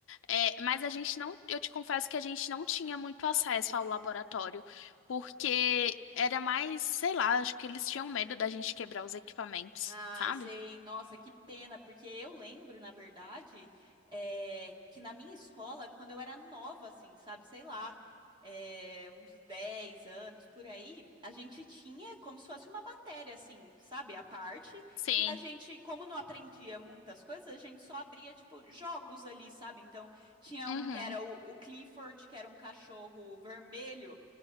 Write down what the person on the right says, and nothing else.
Ai,
sei, nossa, que pena, porque eu lembro, na verdade, eh, que na minha escola, quando eu era nova, assim, sabe, sei lá, eh, uns 10 anos por aí, a gente tinha como se fosse uma matéria, assim, sabe, à parte,
e a gente, como não aprendia muitas coisas, a gente só abria, tipo, jogos ali, sabe? Então, tinha
um que era o o Clifford, que era um cachorro vermelho.